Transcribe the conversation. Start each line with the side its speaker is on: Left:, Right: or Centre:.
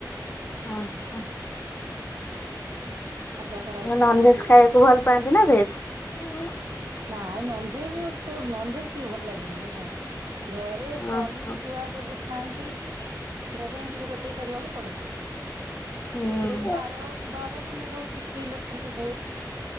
Left: ଓ ହ
Right: ସାଧା କରାହେଇଥିଲା
Left: ନନ୍
Right: ଆଉ।
Left: ଭେଜ୍ ଖାଇବାକୁ ଭଲ ପାନ୍ତି ନା ଭେଜ୍? <inaudible>
Right: ନାଇ ନନ୍ ଭେଜ୍ କୁ ନନ୍ ଭେଜ୍ ଟିକେ ଭଲ ଲାଗେନି ହେଲା? ଘରେ
Left: ଓହୋ
Right: ସ୍ଵାମୀ ଛୁଆ ସବୁ ଖାଆନ୍ତି ସେଟା ପାଇଁ ଟିକେ ରୋଷେଇ କରିବାକୁ ପଡ଼େ
Left: ହୁଁ
Right: ସେଥିରେ ବି ବାର ବାର ମାନେ ରହୁଛି ସ୍ତ୍ରୀ ଲୋକଙ୍କୁ ବହୁତ୍